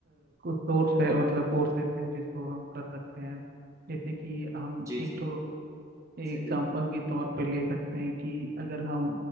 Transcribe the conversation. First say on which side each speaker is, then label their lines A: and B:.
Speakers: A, on the right; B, on the right.
A: सोर्स है मतलब कोर्सेज हैं जिसको हम कर सकते हैं जैसे कि हम
B: जी
A: एक
B: जी
A: तो एग्जाम्पल
B: सही है
A: के तौर पे ले सकते हैं कि अगर हम